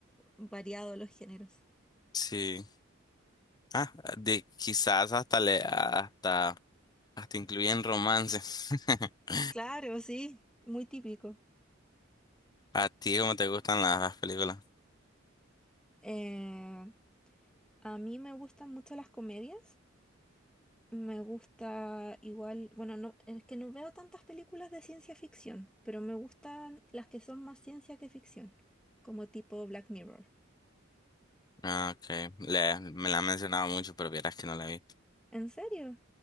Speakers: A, in the centre; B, on the left.
A: variado los géneros.
B: Sí. Ah, de quizás hasta le hasta hasta incluyen romance. <laughs>
A: Claro, sí, muy típico.
B: ¿A ti cómo te gustan las películas?
A: Eh, a mí me gustan mucho las comedias. Me gusta igual, bueno, no, es que no veo tantas películas de ciencia ficción, pero me gustan las que son más ciencia que ficción, como tipo Black Mirror.
B: Ah, ok. Le- me la han mencionado mucho, pero vieras que no la vi.
A: ¿En serio?